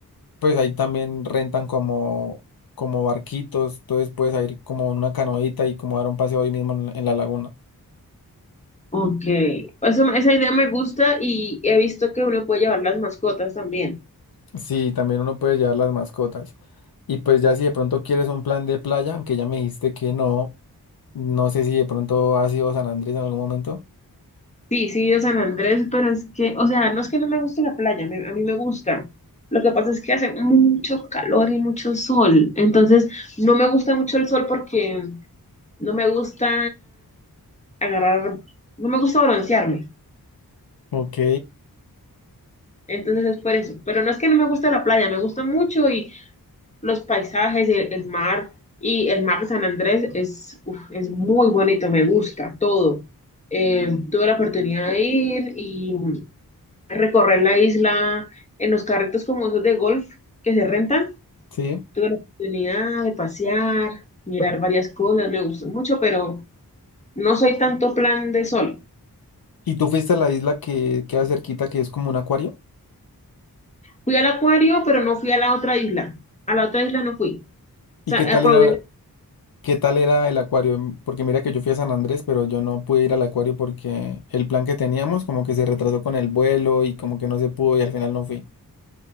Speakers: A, on the left; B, on the left.
A: pues ahí también rentan como, como barquitos, entonces puedes ir como en una canoita y como dar un paseo ahí mismo en la en la laguna.
B: Ok, Eso, esa idea me gusta y he visto que uno puede llevar las mascotas también.
A: Sí, también uno puede llevar las mascotas. Y pues ya si de pronto quieres un plan de playa, aunque ya me dijiste que no, no sé si de pronto has ido a San Andrés en algún momento.
B: Sí, sí, he ido a San Andrés, pero es que, o sea, no es que no me guste la playa, me- a mí me gusta. Lo que pasa es que hace mucho calor y mucho sol, entonces no me gusta mucho el sol porque no me gusta agarrar, no me gusta broncearme.
A: Ok,
B: Entonces es por eso. Pero no es que no me guste la playa, me gusta mucho y los paisajes, el, el mar y el mar de San Andrés es, uf, es muy bonito, me gusta todo. Eh, tuve la oportunidad de ir y recorrer la isla en los carritos como esos de golf que se rentan.
A: sí.
B: Tuve la oportunidad de pasear, mirar varias cosas, me gustó mucho, pero no soy tanto plan de sol.
A: ¿Y tú fuiste a la isla que queda cerquita, que es como un acuario?
B: Fui al acuario, pero no fui a la otra isla. A la otra isla no fui. O
A: ¿Y
B: sea,
A: qué tal
B: aprobé,
A: era, qué tal era el acuario? Mm, Porque mira que yo fui a San Andrés, pero yo no pude ir al acuario porque el plan que teníamos como que se retrasó con el vuelo y como que no se pudo y al final no fui.